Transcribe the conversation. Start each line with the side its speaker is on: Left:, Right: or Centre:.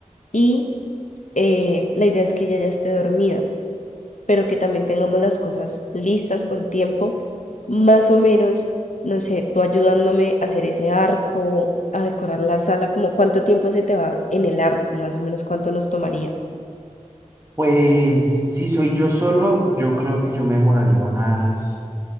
Left: y eh, la idea es que ella ya esté dormida, pero que también tengamos las cosas listas con tiempo, más o menos, no sé, tú ayudándome a hacer ese arco, a decorar la sala, como cuánto tiempo se te va en el arco, más o menos cuánto nos tomaría.
Right: Pues si soy yo solo, yo creo que yo me demoraría unas,